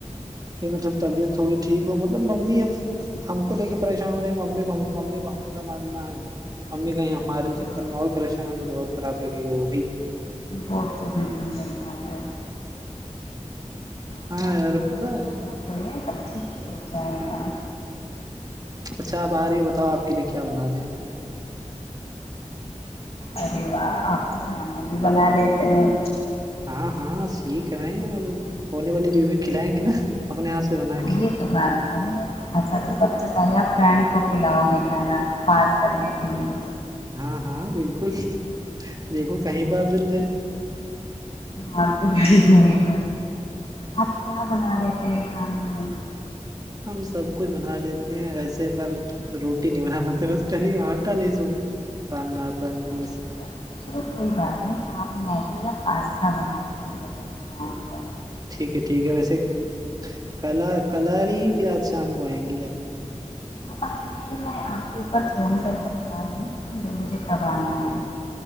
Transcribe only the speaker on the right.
کہ مطلب طبیعت تھوڑی ٹھیک ہو مطلب ممی اب ہم کو لے کے پریشان ہو رہے ممی کو ممی کو ہمیں سنبھالنا ہے امی کہیں ہمارے چکر
میں اور پریشان ہو تو اور خراب لگے گا وہ بھی
ہاں
یار
پتا
ہے
اچھا آپ آ رہی ہیں بتاؤ آپ کے لیے کیا بنا دیں
ہاں ہاں سیکھ رہے ہیں اب ہونے والی بیوی کھلائیں گے نا اپنے ہاتھ سے بنا کے
ہاں ہاں بالکل دیکھو کہیں بات بن جائے
ہم سب کچھ بنا لیتے ہیں ویسے پر روٹی نہیں بنا پاتتے بس کلی آٹا نہیں سو ساننا آتا ہے ہم کو ب
ٹھیک ہے ٹھیک ہے ویسے کل کل آ رہی ہیں کہ آج شام کو آئیں گی آپ